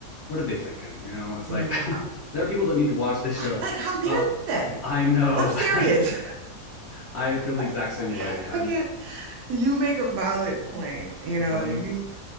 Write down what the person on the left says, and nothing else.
What are they thinking? You know, it's
like <laughs> there are people that need to watch this show.
Uh,
I know.
<laughs> I feel the exact
same way. I'm
right.